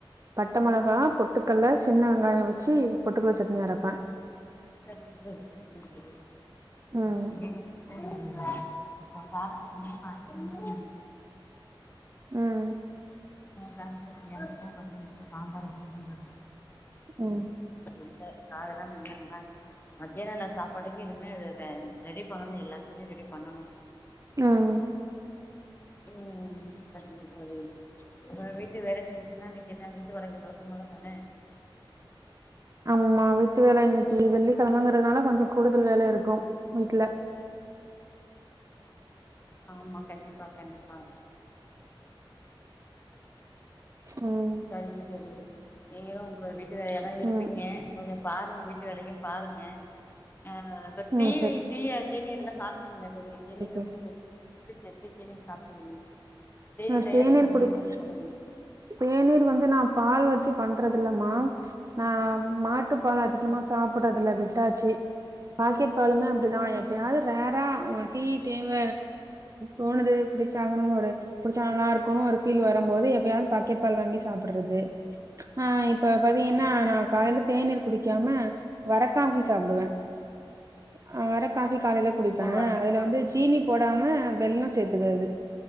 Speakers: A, on the right (about 35°); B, on the left (about 25°).
A: பட்ட மெளகா பொட்டுக்கல்ல சின்ன வெங்காயோ வச்சு பொட்டுக்கல்ல சட்னி அரப்பே
B: செரிங்க தோழி செரிங்க
A: ம்
B: தோழி <inaudible> அப்ப கார சட்னி னா கார சட்னி <inaudible> <inaudible>
A: ம்
B: கார சட்னி அப்போ மத்யானத்துல சாம்பார் <inaudible> ஒண்ணு
A: ம்
B: இல்ல காயெல்லா <inaudible> மத்ய வேல சாப்பாட்டுக்கு இனிமே ரெ ரெடி பண்ணணு எல்லாத்தியுமே ரெடி பண்ணணு
A: ம்
B: ம் செரிங்க தோழி நா வீட்டு வேலைகளுக்குனா நா கேட்டே வீட்டு வேலைகள் வழக்கம் போல தான
A: ஆமா வீட்டு வேல இன்னக்கி வெள்ளிக்கிழமங்றதுனால கொஞ்சோ கூடுதல் வேல இருக்கு வீட்ல
B: ஆமா கண்டிப்பா கண்டிப்பா
A: ம்
B: செரிங்க தோழி நீங்களு ஒங்க வீட்டு வேலயா தா இருப்பீங்க
A: ம்
B: கொஞ்சோ பாருங்க வீட் டு வேலயு பாருங்க ஆ இப்ப
A: ம்
B: டீ
A: சரி
B: டீ தேநீர் இதல்லா சாப்ட்டுட்டீங்களா தோழி தேநீர்
A: தோழி
B: வந்து நீங்க எப்டி எப்டி எப்டி தேநீர் சாப்டுவீங்க தேநீர்
A: நா
B: தயாரிக்கிற
A: குடிக்க
B: முறை கொஞ்சோ சொல்லுங்க
A: தேநீர் வந்து நா பால் வச்சு பண்றதில்ல மா ஆ மாட்டுப்பால் அதிகமா சாப்புறதுல விட்டாச்சு பாக்கெட் பாலுமே அப்டிதா எப்பயாது ரேரா ஒங்க டீ தேவ தோணுது குடிச்சாகணு ஒரு குடிச்சா நல்லாருக்குனு ஒரு ஃபீல் வரம்போது எப்பயாது பக்கெட் பால் வாங்கி சாப்பட்றது ஆ இப்ப பாத்தீங்கன்னா நா காலைல தேநீர் குடிக்காம வரக்காஃபி சாப்டுவே ஆ வரகாஃபி காலேல குடிப்பே
B: ஓ அது
A: அதுல
B: இப்ப
A: வந்து சீனி போடாம வெல்லோ சேர்த்துக்கறது